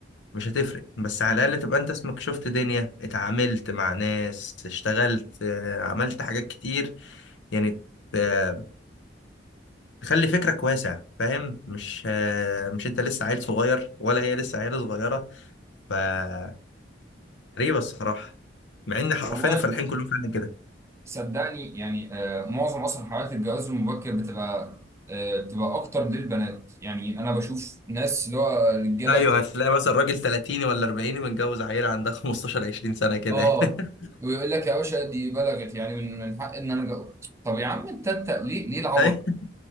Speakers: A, on the left; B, on the right.
A: مش هتفرق بس على
B: مم.
A: الأقل تبقى أنت اسمك شفت دنيا اتعاملت مع ناس اشتغلت آه، عملت حاجات كتير يعني آه، تخلي فكرك واسع فاهم مش آه، مش أنت لسه عيل صغير ولا هي لسه عيلة صغيرة فغريبة الصراحة مع إن حرفيا
B: والله
A: الفلاحين كلهم فعلا كده
B: صدقني يعني آه، معظم اصلا حالات الجواز المبكر بتبقى آه، بتبقى اكتر للبنات يعني انا بشوف ناس اللي هو رجاله
A: أيوه هتلاقي مثلا راجل 30 ولا 40 متجوز عيلة عندها 15 20 سنة كده
B: اه
A: <laughs>
B: ويقول لك يا باشا دي بلغت يعني من من حق ان انا جو... طب يا عم انت انت ليه ليه العبط
A: أيوة،